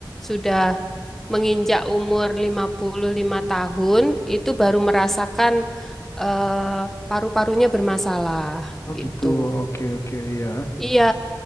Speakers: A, in the centre; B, on the left (about 35°).
A: sudah menginjak umur 55 tahun, itu baru merasakan eh, paru-parunya bermasalah
B: Oh
A: gitu.
B: gitu, oke oke ya.
A: Iya,